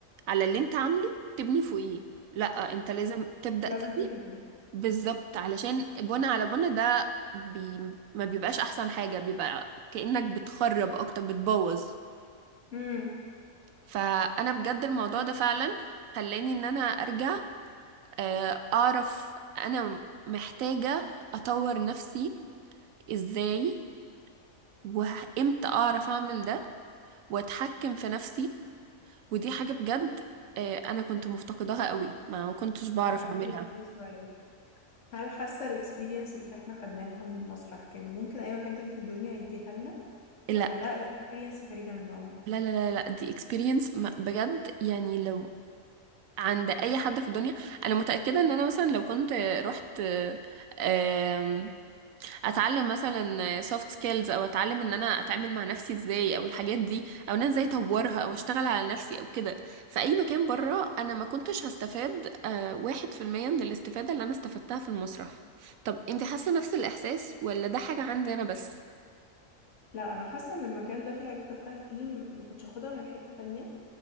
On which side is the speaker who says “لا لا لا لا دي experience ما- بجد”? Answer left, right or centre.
Right